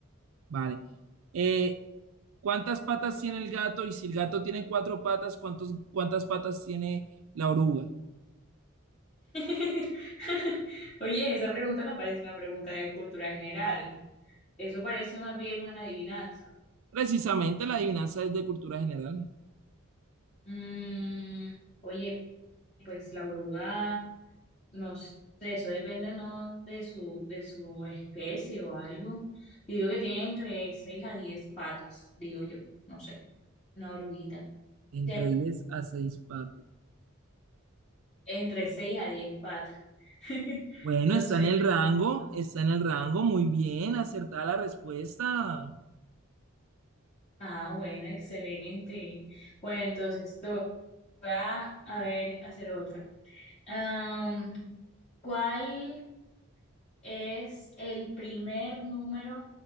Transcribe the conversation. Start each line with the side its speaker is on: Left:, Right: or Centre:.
Right: Vale. Eh, ¿cuántas patas tiene el gato? Y si el gato tiene cuatro patas, ¿cuántos, cuántas patas tiene la oruga?
Left: <laughs> Oye, esa pregunta no parece una pregunta de cultura general. Eso parece más bien una adivinanza.
Right: Precisamente la adivinanza es de cultura general,
Left: Mm, oye, pues la oruga, no sé, eso depende no de su, de su especie o algo. Yo digo que tiene entre 6 a 10 patas, digo yo, no sé, una oruguita.
Right: entre
Left: ¿cierto?
Right: 10 a 6 patas.
Left: entre 6 a 10 patas. <laughs>
Right: Bueno,
Left: No
Right: está
Left: sé.
Right: en el rango,
Left: no
Right: está
Left: sé.
Right: en el rango, muy bien, acertada la respuesta.
Left: Ah, bueno, excelente. Bueno, entonces te voy a, a ver, hacer otra. Am, ¿cuál es el primer número